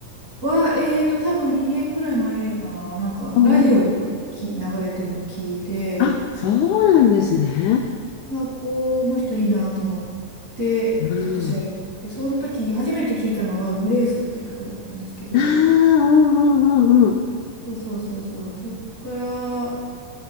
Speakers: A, on the right (about 30°); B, on the left (about 80°).
A: は、えーと、多分2年ぐらい前かな。なんか、
B: あ、
A: ラジオでき流れてるのを聞いて、
B: おうおうあ、そうなんですね。
A: あ、この人いいなと思って、
B: うん。
A: ちょっと調べてみて、その時、初めて聞いたのは、グレースっていう曲だったんですけど、
B: ああ、うんうんうんうん。
A: そうそうそうそう、そっから、